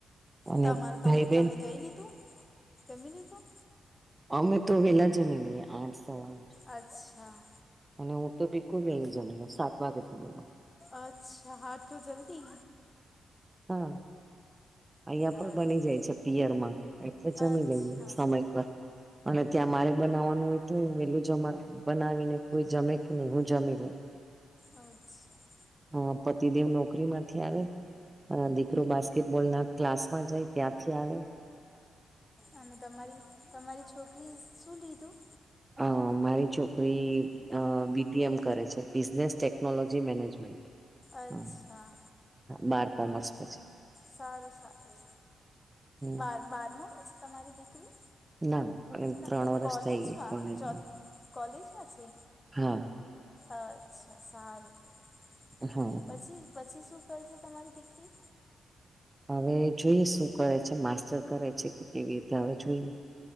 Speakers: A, on the right; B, on the left.
A: અને
B: તમારે તમે
A: ભાઈ બેન
B: તમે જઈ લીધું જમી લીધું.
A: અમે તો વેલા જમી લઈએ આઠ સવા આઠ.
B: અચ્છા.
A: અને હું તો બિલકુલ વહેલી જમી લઉ સાત વાગે જમી લઉ.
B: અચ્છા હાટલું જલ્દી.
A: હમ્મ અહ્યા
B: અચ્છા
A: પણ બની જાય છે પિયરમાં. એટલે જમી
B: અચ્છા
A: લઈએ સમય પર. અને ત્યાં મારે બનાવવાનું હોય તો વેલું જમા બનાવીને કોઈ જમે કે નહી હું જમી લઉ.
B: અચ્છા.
A: હા પતિદેવ નોકરી માંથી આવે. અ દીકરો બાસ્કેટબોલ ના ક્લાસ માં જાય ત્યાંથી આવે.
B: અને તમારી તમારી છોકરી શું લીધું.
A: અ મારી છોકરી અ બી ટી એમ કરે છે બિઝનેસ ટેકનોલોજી મેનેજમેન્ટ.
B: અચ્છા
A: હા બાર કોમર્સ પછી
B: સારું સારું
A: હમ
B: બાર બારમામાં છે તમારી દીકરી
A: ના
B: ના
A: ત્રણ વરષ
B: કોલેજમાં
A: થઈ ગયા કોલેજમાં
B: ચ કોલેજમાં છે
A: હા
B: અચ્છા સારું. કહેવાય
A: હા.
B: પછી પછી શું કરશે તમારી દીકરી.
A: હવે જોઈએ શું કરે છે માસ્ટર કરે છે કે કેવી રીતે હવે જોઈએ.